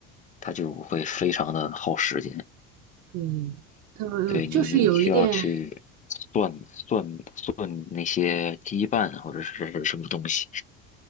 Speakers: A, on the left; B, on the right.
A: 它就会非常的耗时间。
B: 对，呃，
A: 对你，
B: 就是有一点，
A: 你需要去算算算那些羁绊或者是什么东西。